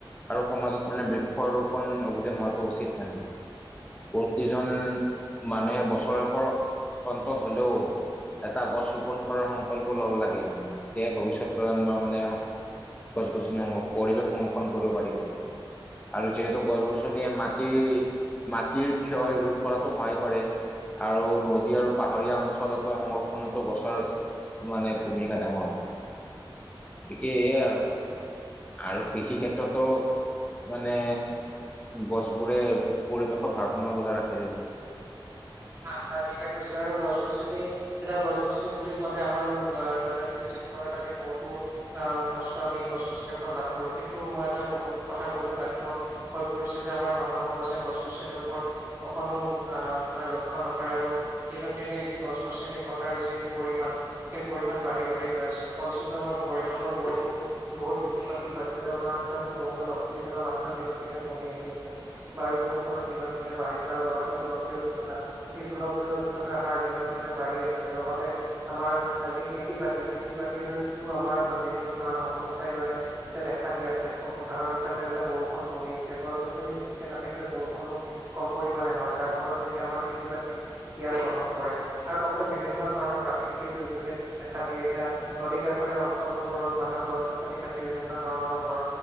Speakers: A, on the left (about 15°); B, on the right (about 30°).
A: আৰু সমাজত মানে বৃক্ষ ৰোপন অভিযান হোৱাটো উচিত মানে। যিজন মানুহে বছৰেকৰ অন্তত হ'লেও এটা গছ ৰোপন কৰাৰ সংকল্প লব লাগে মানে, তেতিয়াহে ভৱিষ্যত প্ৰজন্মৰ মানে গছ- গছনি সং পৰিৱেশ সংৰক্ষণ কৰিব পাৰিব আৰু। আৰু যিহেতু গছ -গছনিয়ে মাটি, মাটিৰ ক্ষয় ৰোধ কৰাতো সহায় কৰে। আৰু নদী আৰু পাহাৰীয়া অঞ্চলতো সংৰক্ষণতো গছৰ মানে ভূমিকা ডাঙৰ, গতিকে এইয়াই আৰু আৰু কৃষি ক্ষেত্ৰতো মানে গছবোৰে পৰিৱেশৰ ভাৰ সময় বজাই ৰাখে দেই
B: আহ, হয় ঠিকে কৈছা আৰু গছ -গছনি এটা গছ- গছনি বুলি ক'লে আমাৰ দৈনন্দিন আমি বহুতো বস্তু আমি গছ -গছনিৰ পৰা লাভ কৰো। কিন্তু মই এটা কবলৈ কথা ক'বলৈ বাধ্য হৈ পৰিছে যে আমাৰ মানৱ সমাজে গছ- গছনিৰ ওপৰত অকণো আহ মানে লক্ষ লক্ষ্য নকৰে আৰু দিনক দিনে যি গছ -গছনি কটাৰ যি পৰিমাণ সেই পৰিমাণ বাঢ়ি বাঢ়ি গৈ ফলস্বৰূপে আমাৰ পৰিৱেশৰ বহুতো বহুত বেছি ক্ষতি হৈছে এতি উদাহৰণ হিচাপে ক'ব গলে অক্সিজেন মাত্ৰা দিনক দিনে কমি আহি আছে, বায়ু প্ৰদূষণৰ দিনক দিনে বাঢ়িছে আৰু লগতে গোলকীয় উষ্ণতা যি গোলকীয় উষ্ণতা হাৰ দিনক দিনে বাঢ়ি আহিছে। লগতে আমাৰ যি খেতি- বাতি খেতি বা আমাৰ বিভিন্ন ধৰণৰ সমস্যাই মানে এটিয়া দেখা দি আছে উদাহৰণ হিচাপে এইবিলাক বহুত বৰষুণ কমি আহিছে গছ -গছনি বেছিকে নাথাকিলে বৰষুনো কম পৰিমানে হয় যাৰ ফলত নেকি আমাৰ খেতি খেতি - বাতিত ইয়াৰ প্ৰভাৱ পৰে। আৰু লগতে বিভিন্ন ধৰণৰ প্ৰাকৃতিক দুৰ্যোগে দেখা দিয়ে, এতিয়া নদী কাষৰীয়া অঞ্চলবোৰত মানুহে গছ- গছনি কাটি বিভিন্ন ধৰণৰ ঘৰ